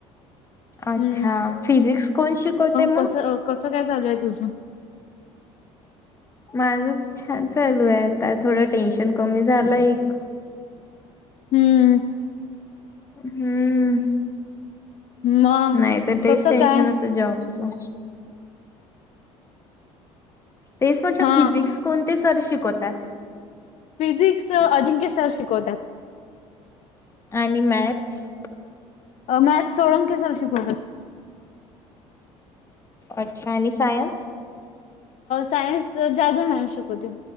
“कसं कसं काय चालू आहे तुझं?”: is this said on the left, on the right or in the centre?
Left